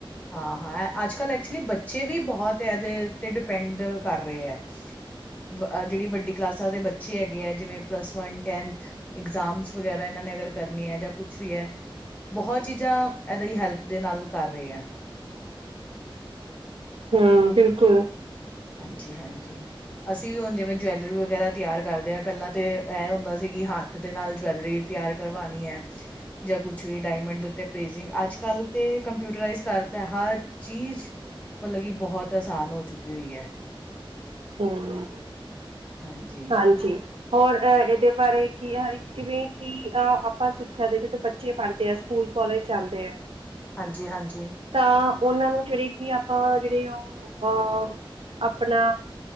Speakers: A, on the left (about 15°); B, on the right (about 85°).
A: ਹਾਂ ਹਾਂ ਅੱਜ ਕੱਲ੍ਹ ਐਕਚੁਲੀ ਬੱਚੇ ਵੀ ਬਹੁਤ ਇਹਦੇ ਓਤੇ ਡਿਪੈਂਡ ਕਰ ਰਹੇ ਹੈ। ਵ ਜਿਹੜੀ ਵੱਡੀ ਕਲਾਸਾਂ ਦੇ ਬੱਚੇ ਹੈਗੇ ਹੈ ਜਿਵੇਂ ਪਲੱਸ ਵੰਨ ਟੈਂਨਥ ਇਗਜ਼ਾਮਸ ਵਗੈਰਾ ਇਹਨਾਂ ਨੇ ਅਗਰ ਕਰਨੀ ਹੈ ਜਾਂ ਕੁਛ ਵੀ ਹੈ ਬਹੁਤ ਚੀਜ਼ਾਂ ਇਹਦੀ ਹੈਲਪ ਦੇ ਨਾਲ ਕਰ ਰਹੇ ਹੈ।
B: ਹਮ ਬਿਲਕੁਲ
A: ਹਾਂਜੀ, ਹਾਂਜੀ ਅਸੀਂ ਵੀ ਹੁਣ ਜਿਵੇਂ ਜਵੈਲਰੀ ਵਗੈਰਾ ਤਿਆਰ ਕਰਦੇ ਹਾਂ, ਪਹਿਲਾਂ ਤੇ ਇਹ ਹੁੰਦਾ ਸੀ ਹ ਕਿਦੇ ਨਾਲ ਜਵੈਲਰੀ ਤਿਆਰ ਕਰਵਾਉਣੀ ਹੈ। ਜਾਂ ਕੁਛ ਵੀ ਡਾਇਮੰਡ ਦੇ ਉੱਤੇ ਪ੍ਰੇਜਿੰਗ ਅੱਜ ਕੱਲ੍ਹ ਤਾਂ ਕੰਪਿਊਟਰਾਈਜ਼ ਕਰਤਾ ਹਰ ਚੀਜ਼ ਮਤਲਬ ਕਿ ਬਹੁਤ ਆਸਾਨ ਹੋ ਚੁੱਕੀ ਹੋਈ ਹੈ।
B: ਹਮ
A: ਹਾਂਜੀ
B: ਹਾਂਜੀ ਹੋਰ ਅਹ ਇਹਦੇ ਬਾਰੇ ਕੀ ਹ ਜਿਵੇਂ ਕਿ ਅ ਆਪਾਂ ਸਿੱਖਿਆ ਦੇ ਜਦੋਂ ਬੱਚੇ ਪੜ੍ਹ ਸਕੂਲ ਕਾਲਜ ਜਾਂਦੇ ਆ।
A: ਹਾਂਜੀ ਹਾਂਜੀ
B: ਤਾਂ ਉਹਨਾਂ ਨੂੰ ਜਿਹੜੇ ਕਿ ਆਪਾਂ ਜਿਹੜੇ ਉਹ ਅਹ ਆਪਣਾ